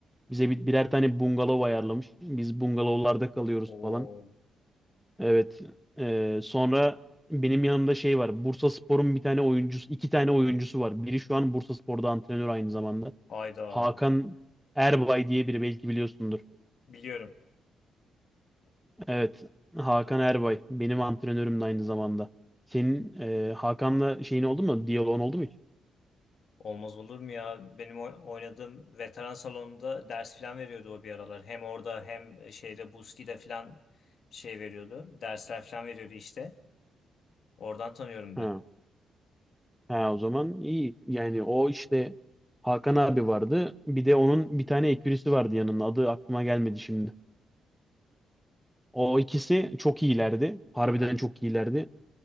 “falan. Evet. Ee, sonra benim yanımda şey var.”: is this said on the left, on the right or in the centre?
Centre